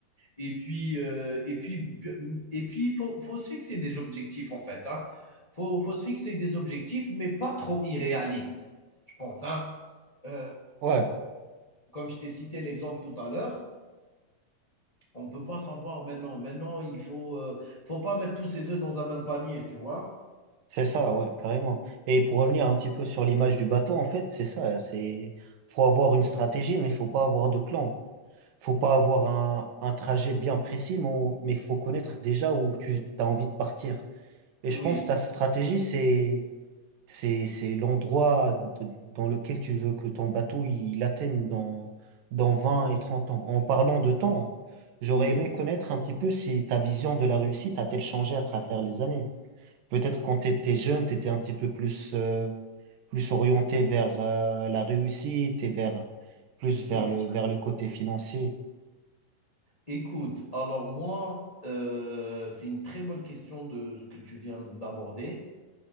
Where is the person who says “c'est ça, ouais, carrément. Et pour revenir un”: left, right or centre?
Right